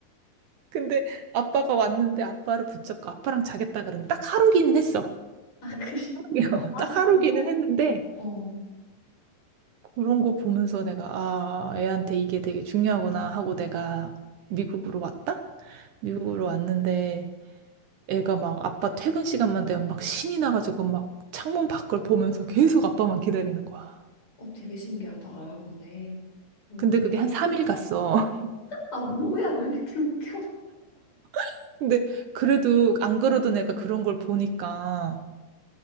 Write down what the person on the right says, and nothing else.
근데 아빠가 왔는데 아빠를 붙잡고 아빠랑 자겠다 그러면 딱 하루기는 했어.
<laughs>
딱 하루기는
했는데
그런 거 보면서 내가 아, 애한테 이게 되게 중요하구나 하고 내가 미국으로 왔다? 미국으로 왔는데 애가 막 아빠 퇴근 시간만 되면 막 신이 나가지고 막 창문 밖을 보면서 계속 아빠만 기다리는 거야.
근데 그게 한 3일 갔어.
<laughs> 근데 그래도 안 그러던 애가 그런 걸 보니까